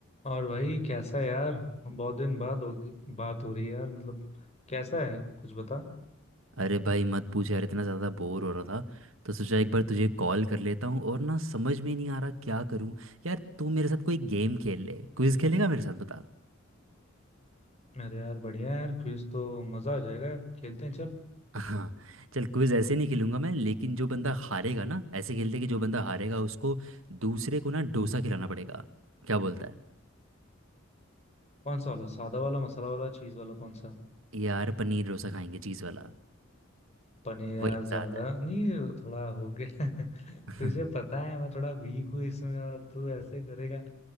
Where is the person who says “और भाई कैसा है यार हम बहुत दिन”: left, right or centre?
Left